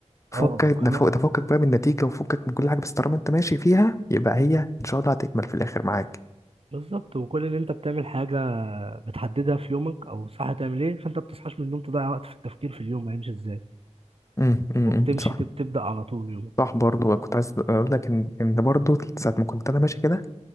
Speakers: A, on the left; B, on the right.
A: فكك
B: اه وكمان
A: ده فوق ده فكك بقى من النتيجه وفكك من كل حاجه بس طالما انت ماشي فيها يبقى هي ان شاء الله هتكمل في الاخر معاك
B: بالظبط وكل اللي انت بتعمل حاجة بتحددها في يومك او صح تعمل ايه فانت بتصحاش من النوم تضيع وقت في التفكير في اليوم هيمشي ازاي
A: امم
B: وبتمشي
A: صح
B: تب- تبدأ على طول يومك
A: صح برضو كنت عايز اقول لك ان ان برضو ساعه ما كنت انا ماشي كده